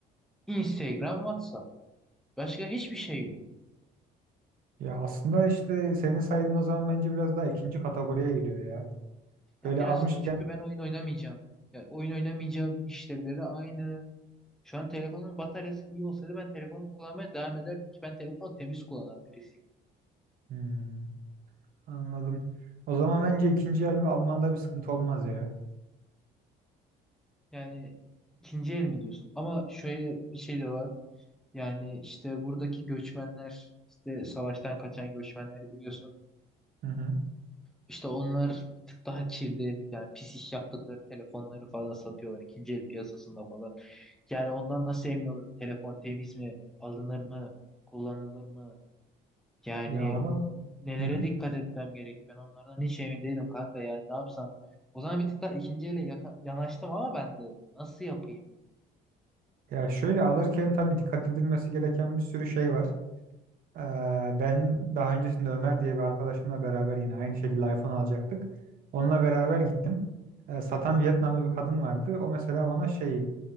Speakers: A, in the centre; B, on the right.
A: Instagram, WhatsApp. Başka hiçbir şey yok.
B: Ya aslında işte senin saydığın o zaman bence biraz daha ikinci kategoriye giriyor ya.
A: Ya
B: Böyle
A: birazcık
B: almışken
A: da çünkü ben oyun oynamayacağım. Ya oyun oynamayacağım işlevleri aynı. Şu an telefonun bataryası iyi olsaydı ben telefonumu kullanmaya devam ederdim ki ben telefonu temiz kullanan birisiyim.
B: Hmm, anladım. O zaman bence ikinci el Alman'da bir sıkıntı olmaz ya.
A: Yani ikinci el mi diyorsun? Ama şöyle bir şey de var. Yani işte buradaki göçmenler, işte savaştan kaçan göçmenleri biliyorsun.
B: Hı hı.
A: İşte onlar bir tık daha kirli, yani pis iş yaptıkları telefonları falan satıyorlar ikinci el piyasasında falan. Yani ondan nasıl emin olurum? Telefon temiz mi? Alınır mı? Kullanılır mı? Yani
B: Ya onu
A: nelere
B: hı hı.
A: dikkat etmem gerek? Ben onlardan hiç emin değilim kanka yani ne yapsam? O zaman bir tık daha ikinci ele yaka- yanaştım ama ben de nasıl yapayım?
B: Ya şöyle alırken tabii dikkat edilmesi gereken bir sürü şey var. Ee, ben daha öncesinde Ömer diye bir arkadaşımla beraber yine aynı şekilde iPhone alacaktık. Onunla beraber gittim. Ee, satan Vietnamlı bir kadın vardı. O mesela bana şey